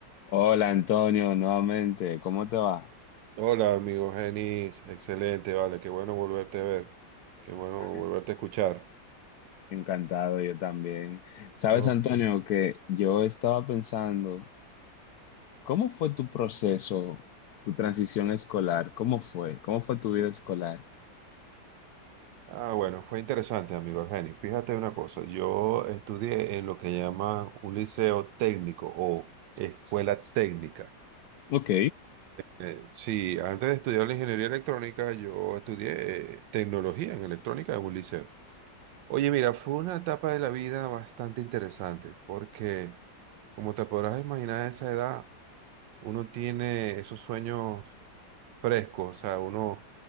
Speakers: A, on the left; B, on the right.
A: Hola Antonio, nuevamente, ¿cómo te va?
B: Hola, amigo Genis. Excelente, vale. Qué bueno volverte a ver. Qué bueno
A: <laughs>
B: volverte a escuchar.
A: Encantado, yo también. Sabes,
B: Todo-
A: Antonio, que yo estaba pensando, ¿cómo fue tu proceso, tu transición escolar? ¿Cómo fue? ¿Cómo fue tu vida escolar?
B: Ah, bueno, fue interesante, amigo Genis. Fíjate una cosa. Yo estudié en lo que llaman un liceo técnico o escuela técnica.
A: Ok,
B: Eh, sí, antes de estudiar la ingeniería electrónica, yo estudié eh, tecnología en electrónica en un liceo. Oye, mira, fue una etapa de la vida bastante interesante porque, como te podrás imaginar, a esa edad uno tiene esos sueños fresco, o sea, uno,